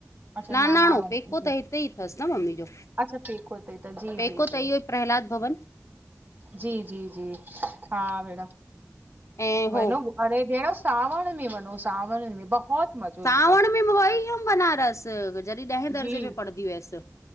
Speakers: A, on the right; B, on the left.
A: अच्छा
B: नानाणो पेको
A: जी
B: त हिते ई अथसि न मम्मी जो
A: अच्छा पेको ते त जी
B: पेको
A: जी जी
B: त इहो ई प्रहलाद भवन।
A: जी -जी -जी हा भेण
B: ऐं
A: वञो?
B: हो
A: अरे भेण सावण में वञो सावण में बहुत मज़ो ईंदो।
B: सावण में बि वई हुअमि बनारस जॾहिं ॾहें दर्जे
A: जी
B: में पढ़ंदी हुअसि।